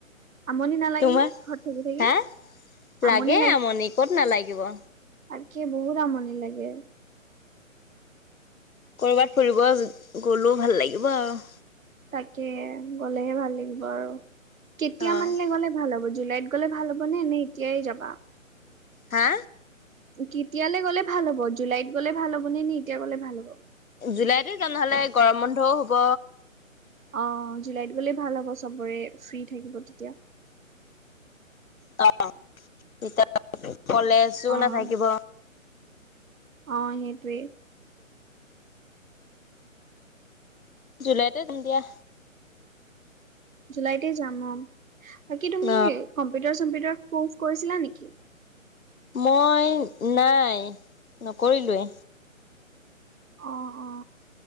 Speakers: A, on the right; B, on the left.
A: আমনি নালাগে
B: তোমাৰ,
A: নে ঘৰত থাকি থাকি
B: হা,
A: আমনি
B: লাগে আমনি ক'ত নালাগিব।
A: তাকি বহুত আমনি লাগে।
B: কৰবাত ফুৰিব -গলোও ভাল লাগিব আৰু।
A: তাকে গ'লেহে ভাল লাগিব আৰু, কেতিয়া
B: অ
A: মানিলে গ'লে ভাল হ'ব জুলাইত গ'লে ভাল হ'ব নে নে কিয়েই যাবা।
B: হা।
A: কেতিয়ালৈ গ'লে ভাল হ'ব জুলাইত গ'লে ভাল হব নে নি এতিয়া গ'লে ভাল হ'ব।
B: জুলাইতে যাম নহলে, গৰম বন্ধও হ'ব।
A: অ জুলাইত গ'লেই ভাল হ'ব চবৰে ফ্ৰী থাকিব তেতিয়া।
B: <unintelligible> কলেজো নাথাকিব।
A: অ অ সেটোৱে।
B: জুলাইতে যাম দিয়া।
A: জুলাইতে যাম অ। বাকী তুমি
B: ন
A: কম্পিউটাৰ চম্পিউটাৰ কৰ্চ কৰিছিলা নেকি?
B: মই নাই নকৰিলোৱে।
A: অ অ।